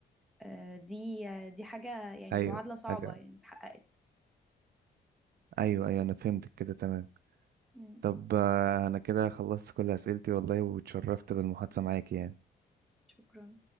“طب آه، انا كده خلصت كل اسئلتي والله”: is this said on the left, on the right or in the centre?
Right